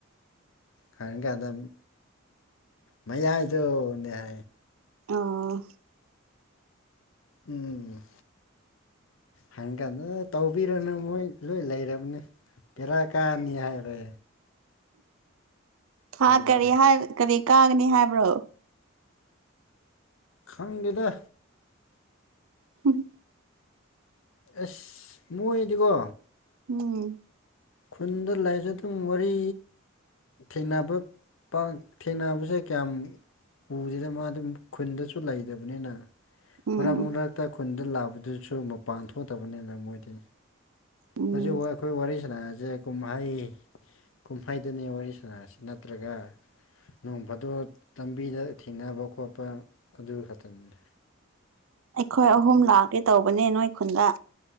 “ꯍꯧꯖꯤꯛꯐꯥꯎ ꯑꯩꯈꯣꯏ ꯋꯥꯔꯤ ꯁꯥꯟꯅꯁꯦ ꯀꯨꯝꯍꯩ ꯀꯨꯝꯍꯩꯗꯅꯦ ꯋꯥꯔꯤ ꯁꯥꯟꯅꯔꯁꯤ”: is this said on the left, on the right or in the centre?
Left